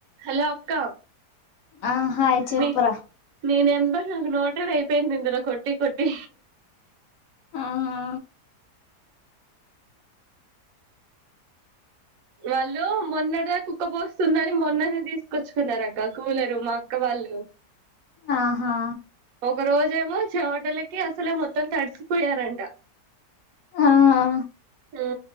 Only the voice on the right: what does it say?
Hello అక్క
నె నీ నం మరి నాకు నోటెడు అయిపోయింది ఇందులో కొట్టి కొట్టి
వాళ్ళు మొన్నటిదా ఉక్కపోస్తుందని మొన్ననే తీసుకొచ్చుకున్నారు అక్క కూలరు మా అక్క వాళ్ళు ళ్ళు
ఒక రోజేమో చెమటలకి అసలే మొత్తం తడిచిపోయారంట
ఆ